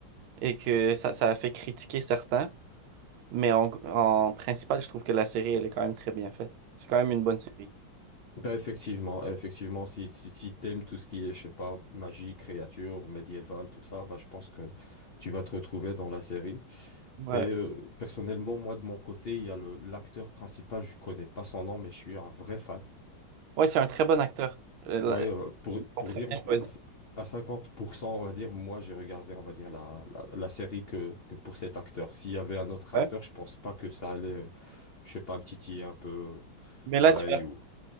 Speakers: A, on the right; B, on the left.
A: et que ça, ça a fait critiquer certains. Mais en, en principal, je trouve que la série, elle est quand même très bien faite. C'est quand même une bonne série.
B: Ben effectivement, effectivement, si, si, si t'aimes tout ce qui est, je sais pas, magie, créature, médiévale, tout ça, ben je pense que tu vas te retrouver dans la série.
A: Ouais,
B: Et euh, personnellement, moi, de mon côté, il y a le l'acteur principal, je connais pas son nom, mais je suis un vrai fan.
A: ouais, c'est un très bon acteur. Euh, là,
B: Ouais, euh, pour,
A: Ils sont
B: pour
A: très
B: dire,
A: bien choisi
B: à à 50%, on va dire, moi, j'ai regardé, on va dire, la, la, la série que, que pour cet acteur. S'il y avait un autre acteur,
A: Ouais.
B: je pense pas que ça allait, euh, je sais pas, me titiller un peu euh,
A: Mais là,
B: l'oreille
A: tu
B: ou...